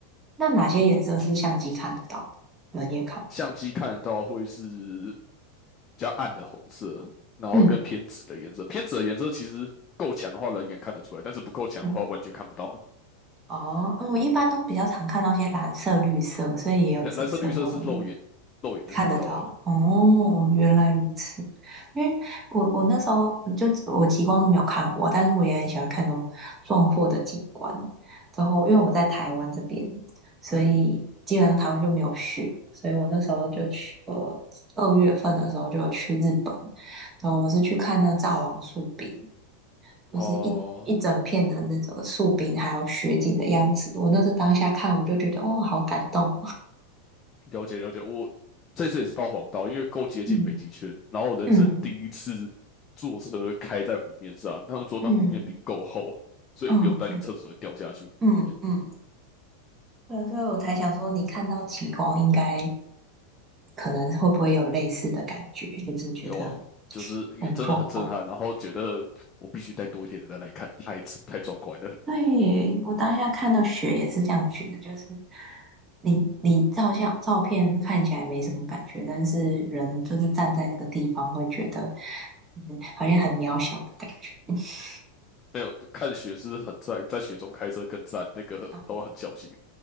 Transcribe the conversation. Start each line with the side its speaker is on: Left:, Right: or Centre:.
Right: 那哪些颜色是相机看得到人也看不到？
Left: 相机看得到会是比较暗的红色，然后跟偏紫的颜色。
Right: 嗯
Left: 偏紫的颜色其实够强的话，人眼看得出来，但是不够强的话，
Right: 嗯，
Left: 完全看不到。
Right: 哦，嗯我一般都比较常看到一些蓝色、绿色，所以也有紫色跟红的。
Left: 蓝蓝色、绿色是肉眼肉眼就看得到了。
Right: 看得到哦，
Left: 嗯，
Right: 原来如此。因为我我那时候就我极光是没有看过，但是我也很喜欢看那种壮阔的景观。然后因为我在台湾这边，所以基本上台湾就没有雪，所以我那时候就去，我二月份的时候就有去日本，然后我是去看那个藏王树冰，就是一一整片的那种树冰还有雪景的样子。
Left: 哦、
Right: 我那时候当下看，我就觉得哦，好感动。
Left: 了解了解，我这次也是到黄道，因为够接近北极圈，
Right: <laughs> 嗯
Left: 然后人生第一次坐车开在湖面上，
Right: 嗯
Left: 他们说那湖面冰够厚，
Right: 嗯。
Left: 所以不用担心车子会掉下去湖里面。
Right: 嗯嗯嗯嗯，对，所以我才想说，你看到极光应该可能会不会有类似的感觉，就是觉得
Left: 有啊，就是也真的很震撼，
Right: 很壮观。
Left: 然后觉得我必须带多一点人来看，太太壮观了。
Right: 对，我当下看到雪也是这样觉得，就是你你照相照片就看起来没什么感觉，但是人就是站在那个地方会觉得，嗯，好像很渺小的感觉。<laughs>
Left: 没有看雪是很赞，在雪中开车更赞，那个都很小心。
Right: 哦，